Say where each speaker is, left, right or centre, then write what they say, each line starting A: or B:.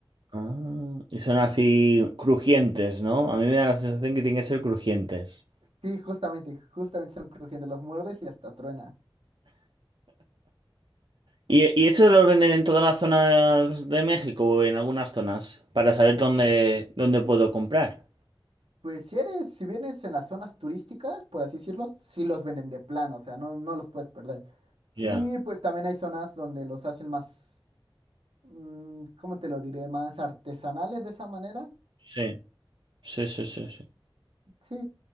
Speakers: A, on the right; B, on the right.
A: Ah, y son así crujientes, ¿no? A mí me da la sensación que tienen que ser crujientes.
B: Sí, justamente, justamente son crujientes, los muerdes y hasta truena.
A: ¿Y, y esos los venden en toda la zona de México o en algunas zonas? Para saber dónde, dónde puedo comprar.
B: Pues si eres, si vienes en las zonas turísticas, por así decirlo, sí los venden de plano, o sea, no, no los puedes perder.
A: Ya.
B: Y pues también hay zonas donde los hacen más, mm, ¿cómo te lo diré? Más artesanales de esa manera.
A: Sí, sí, sí, sí, sí.
B: Sí,